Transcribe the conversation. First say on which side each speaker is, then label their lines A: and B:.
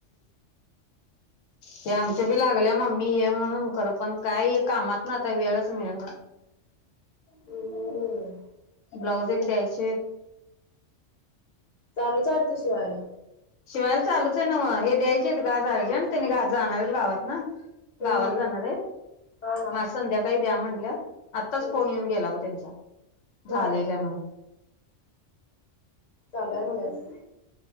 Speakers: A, on the left (about 85°); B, on the left (about 35°).
A: ते आमच बी लाग गल्या मम्मी ये म्हणून खरं पण काय कामात आता वेळच मिळणार
B: हम्म
A: ब्लाउज एक द्यायचेत.
B: चालूच आहे वाटतं शिवायला.
A: शिवायला चालूच आहे नव हे द्यायचे आहेत ग आज अर्जंट त्यांनी जाणारच गावात न.
B: हम्म
A: गावाला
B: हम्म
A: जाणार
B: हम्म.
A: आहेत.
B: हा हा
A: मग आज संध्याकाळी द्या म्हणल्यात. आत्ताच
B: हम्म
A: फोन येऊन गेला बघ त्यांचा.
B: होय
A: झालेय काय म्हणून.
B: चालू आहे म्हणायचं.